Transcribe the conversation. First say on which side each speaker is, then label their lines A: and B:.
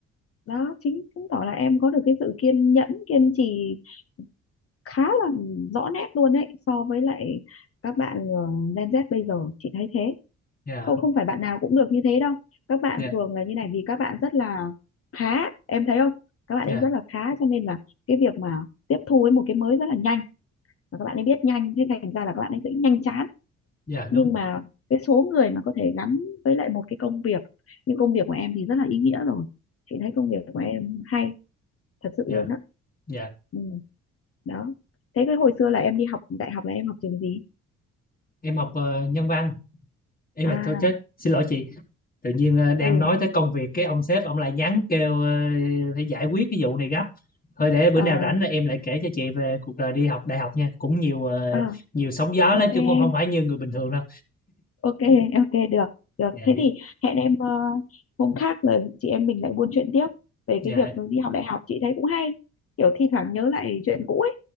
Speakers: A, on the left (about 50°); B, on the left (about 30°).
A: đó chính chứng tỏ là em có được cái sự kiên nhẫn kiên trì khá là rõ nét luôn đấy so với lại các bạn ờ, Gen Z bây giờ chị thấy thế
B: dạ
A: không không phải bạn nào cũng được như thế đâu các bạn
B: dạ
A: thường là như này vì các bạn rất là khá em thấy không các bạn
B: dạ
A: ấy rất là khá cho nên là cái việc mà tiếp thu với một cái mới rất là nhanh và các bạn ấy biết nhanh thế thành ra là các bạn ấy sẽ nhanh chán
B: dạ
A: nhưng
B: đúng
A: mà cái số người mà có thể gắn với lại một cái công việc như công việc của em thì rất là ý nghĩa rồi chị thấy công việc của em hay thật sự
B: dạ
A: luôn á
B: dạ
A: ừ, đó thế cái hồi xưa là em đi học đại học là em học trường gì
B: em học ờ, nhân văn em
A: à
B: là thôi chết xin lỗi chị tự nhiên ờ, đang
A: ừ
B: nói tới công việc cái ông sếp ông lại nhắn kêu ờ, phải giải quyết cái vụ này gấp thôi để bữa
A: ờ
B: nào rảnh là em lại kể cho chị về cuộc đời đi học đại học nha cũng nhiều ờ,
A: ờ,
B: nhiều sóng gió
A: ok
B: lắm
A: em
B: chứ không không phải như người bình thường đâu
A: ok <laughs> ok được được
B: dạ
A: thế thì hẹn em ờ, hôm khác rồi chị em mình lại buôn chuyện tiếp về
B: dạ
A: cái việc đi học đại học chị thấy cũng hay kiểu thi thoảng nhớ lại chuyện cũ ấy